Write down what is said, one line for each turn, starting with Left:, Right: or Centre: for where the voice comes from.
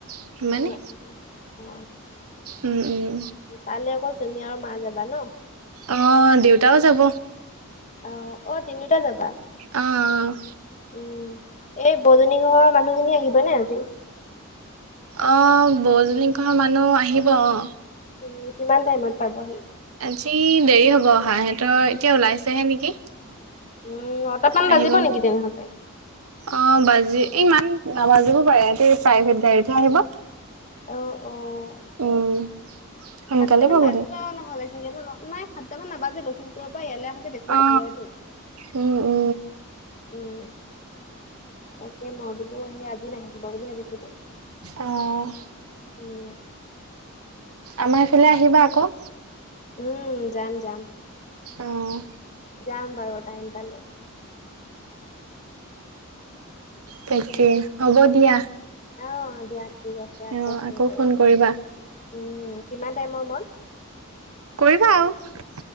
Right: সিমানে
Left: উম <unintelligible>
Right: উম, উম।
Left: তালে অকৌ তুমি আৰু মা যাবা ন?
Right: অ', দেউতাও যাব।
Left: অ', অ', তিনিওটা যাবা?
Right: অ', অ'।
Left: উম, এই বৌ জনী ঘৰৰ মানুহজনী আহিবনে আজি।
Right: অ', বৌজনীঘৰৰ মানুহ আহিব অ'।
Left: উম, কিমান টাইমত পাবহি?
Right: আজি দেৰি হ'ব অহা সিহঁতৰ এতিয়া ওলাইছেহে নেকি।
Left: উম নটামান
Right: আহিব।
Left: বাজিব নেকি তেনেহ'লে
Right: অ', বাজি ইমান নাবাজিব পাৰে, এহেতি প্ৰাইভেট গাড়ীতহে আহিব।
Left: অ', অ'।
Right: উম সোনকালে
Left: সাতটামান
Right: পাবহি
Left: বাজিব নহ'লে। <unintelligible> নাই সাতটামান নাবাজে লখিমপুৰৰ পৰা ইয়ালে আহোতে বেছি তাইম
Right: অ
Left: নলয়তো।
Right: উম, উম।
Left: উম, তাকে মই বুলো সি আজি নাহিব বুলি ভাবিছিলো।
Right: অ'।
Left: উম।
Right: আমাৰ এইফালে আহিবা আকৌ।
Left: উম, যাম যাম।
Right: অ'।
Left: যাম বাৰু টাইম পালে।
Right: তাকে
Left: উম
Right: হ'ব দিয়া,
Left: অ দিয়া ঠিক আছে
Right: উম, আকৌ
Left: কৰিম
Right: ফোন কৰিবা।
Left: উম, কিমান টাইমৰ মন?
Right: কৰিবা আৰু